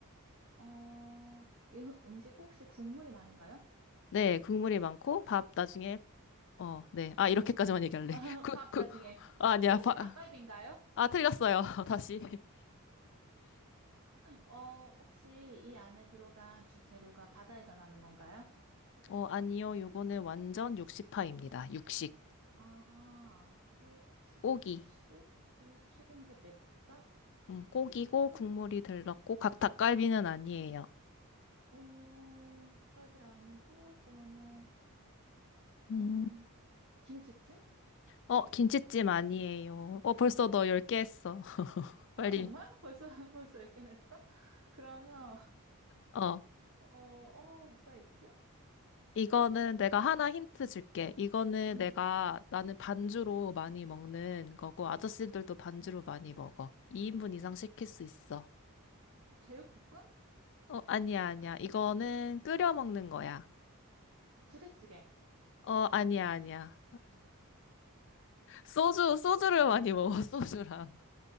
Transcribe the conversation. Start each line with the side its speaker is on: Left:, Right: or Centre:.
Right: 어, 이 음식 혹시 국물이 많은가요?
Left: 네, 국물이 많고 밥 나중에 어, 네. 아, 이렇게까지만 얘기할래.
Right: <laughs>
Left: <laughs> 그,
Right: 밥
Left: 그,
Right: 나중에.
Left: 아, 아니야.
Right: 혹시
Left: 바,
Right: 닭갈비인가요?
Left: 아, 틀렸어요. <laughs> 다시.
Right: 어, 혹시 이 안에 들어간 주재료가 바다에서 나는 건가요?
Left: 어, 아니요. 요거는 완전 육식파입니다. 육식.
Right: 아, 그,
Left: 고기.
Right: 육식? 육식인데 맵다?
Left: 음, 고기고
Right: 그럼,
Left: 국물이 들렀고 각 닭갈비는 아니에요.
Right: 어, 닭갈비 아니고, 그러면,
Left: 음.
Right: 음, 김치찜?
Left: 어, 김치찜 아니에요. 어, 벌써 너 10개 했어. <laughs> 빨리.
Right: 어, 정말? 벌써, <laughs> 벌써 읽긴 했어? 그러면,
Left: 어, 어.
Right: 어, 어, 뭐가 있지?
Left: 이거는
Right: 어,
Left: 내가 하나 힌트 줄게. 이거는
Right: 음,
Left: 내가
Right: 음.
Left: 나는 반주로 많이 먹는 거고 아저씨들도 반주로 많이 먹어. 2인분 이상 시킬 수 있어.
Right: 제육볶음?
Left: 어, 아니야, 아니야. 이거는 끓여 먹는 거야.
Right: 부대찌개.
Left: 어, 아니야, 아니야. 소주, 소주를 많이 먹어, <laughs> 소주랑.